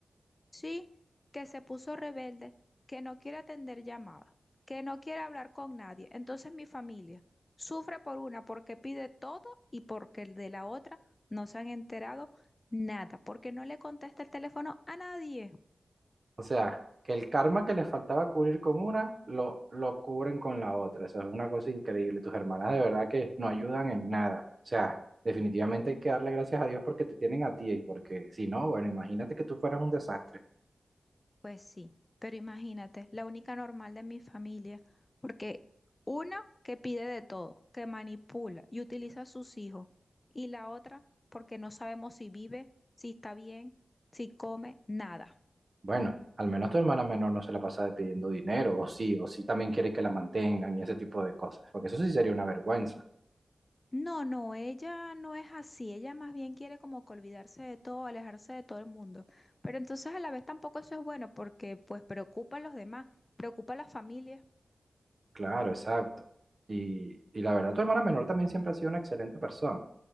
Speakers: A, on the left (about 35°); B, on the right (about 50°).
A: Sí, que se puso rebelde, que no quiere atender llamadas, que no quiere hablar con nadie. Entonces mi familia sufre por una porque pide todo y porque el de la otra no se han enterado nada, porque no le contesta el teléfono a nadie.
B: O sea, que el karma que les faltaba cubrir con una, lo, lo cubren con la otra. o sea es una cosa increíble. Tus hermanas de verdad que no ayudan en nada. O sea, definitivamente hay que darle gracias a Dios porque te tienen a ti y porque si no, bueno, imagínate que tú fueras un desastre.
A: Pues sí, pero imagínate, la única normal de mi familia, porque una que pide de todo, que manipula y utiliza a sus hijos, y la otra porque no sabemos si vive, si está bien, si come, nada.
B: Bueno, al menos tu hermana menor no se la pasa de pidiendo dinero, o sí, o sí también quiere que la mantengan y ese tipo de cosas, porque eso sí sería una vergüenza.
A: No, no, ella no es así, ella más bien quiere como que olvidarse de todo, alejarse de todo el mundo, pero entonces a la vez tampoco eso es bueno porque pues preocupa a los demás, preocupa a las familias.
B: Claro, exacto. Y, y la verdad, tu hermana menor también siempre ha sido una excelente persona.